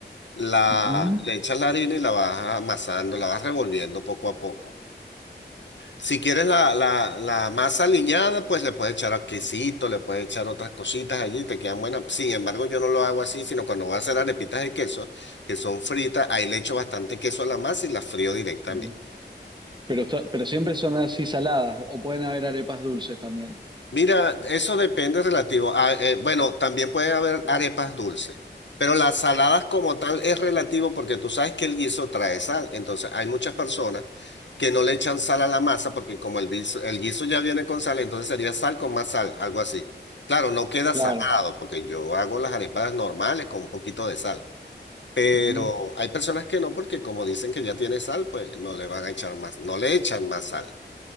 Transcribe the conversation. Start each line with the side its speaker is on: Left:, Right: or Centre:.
Left: la,
Right: Ujú,
Left: le echas la harina y la vas amasando, la vas revolviendo poco a poco. Si quieres la, la, la masa aliñada, pues le puedes echar quesito, le puedes echar otras cositas allí, te quedan buenas. Sin embargo, yo no lo hago así, sino cuando voy a hacer arepitas de queso, que son fritas, ahí le echo bastante queso a la masa y las frío directamente.
Right: ujú. Pero, esto- pero siempre son así saladas, o pueden haber arepas dulces también.
Left: Mira, eso depende relativo a, eh, bueno, también puede haber arepas dulces, pero las saladas como tal es relativo porque tú sabes que el guiso trae sal, entonces hay muchas personas que no le echan sal a la masa porque como el guiso, el guiso ya viene con sal, entonces sería sal con más sal, algo así. Claro, no queda
Right: Claro.
Left: salado porque yo hago las arepas normales con un poquito de sal, pero
Right: ujú.
Left: hay personas que no porque como dicen que ya tiene sal, pues no le van a echar más, no le echan más sal